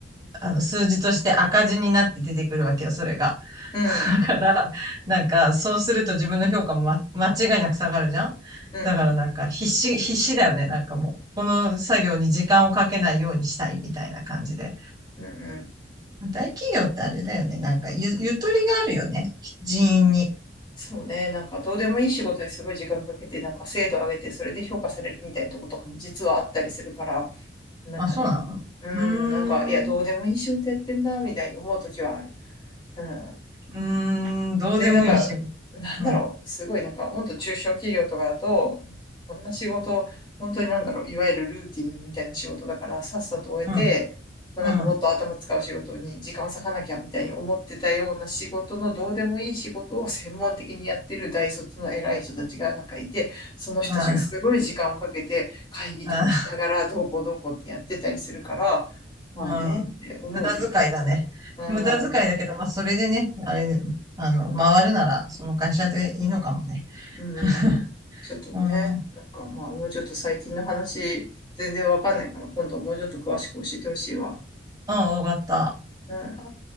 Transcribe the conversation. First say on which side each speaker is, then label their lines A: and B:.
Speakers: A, on the right; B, on the left.
A: あの数字として赤字になって出てくるわけよ、それが。
B: うん、
A: だから、なんか、そうすると自分の評価も、ま、間違いなく下がるじゃん
B: うん、
A: だからなんか、必死、必死だよね。なんかもう、この作業に時間をかけないようにしたいみたいな感じで。
B: うん、うん。
A: 大企業ってあれだよね。なんかゆ、ゆとりがあるよね。人員に。
B: そうね、なんかどうでもいい仕事にすごい時間かけて、なんか精度上げて、それで評価されるみたいなとことかも実はあったりするから、なんかね、
A: あ、そうなのうーん、
B: うん、なんか、いや、どうでもいい仕事やってんな、
A: う
B: みたいに思うときはある。うん、
A: ーん、どうでもいい仕事。
B: で、なんか、なんだろう、
A: うん、うん、
B: すごいなんか、もっと中小企業とかだと、こんな仕事、本当になんだろう、いわゆるルーティンみたいな仕事だから、さっさと終えて、
A: うん、
B: まあ、
A: うん。
B: なんかもっと頭使う仕事に時間を割かなきゃみたいに思ってたような仕事のどうでもいい仕事を専門的にやってる大卒の偉い人たちがなんかいて、その人たちがすごい時間をかけて会議とかしながらどうこうどうこうってやってたりするから、
A: ああああ
B: まあねって思う時も。
A: うん、無駄遣いだね。
B: う
A: 無駄遣いだけど、
B: ん
A: まあ、それでね、あれ、あの、回るなら、その会社でいいのかもね。
B: うん。
A: <laughs>
B: ちょっとね、
A: うん。
B: なんかまあもうちょっと最近の話全然わかんないから今度はもうちょっと詳しく教えてほしいわ。
A: うん、わかった。
B: うん